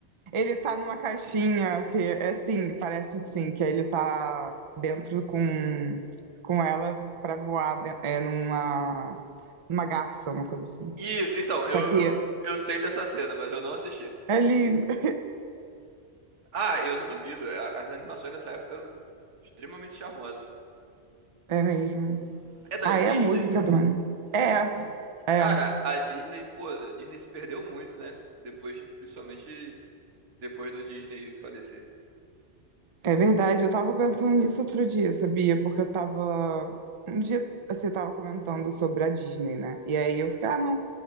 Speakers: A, on the right; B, on the right.
A: Ele tá numa caixinha que é assim, parece sim, que ele tá dentro com, com ela pra voar de- é, numa, numa garça, uma coisa assim.
B: Isso, então, eu,
A: Só que
B: eu, eu sei dessa cena, mas eu não assisti.
A: é lindo,
B: Ah, eu não duvido, é, a- as animações nessa época eram extremamente charmosas.
A: <laughs> é mesmo.
B: É da
A: Ah,
B: Disney?
A: e a música também. É, é.
B: Cara, a Disney, pô, a Disney se perdeu muito, né? Depois, principalmente depois do Disney falecer.
A: É verdade, eu tava pensando nisso outro dia, sabia? Porque eu tava. Um dia você tava comentando sobre a Disney, né? E aí eu fiquei, ah, não.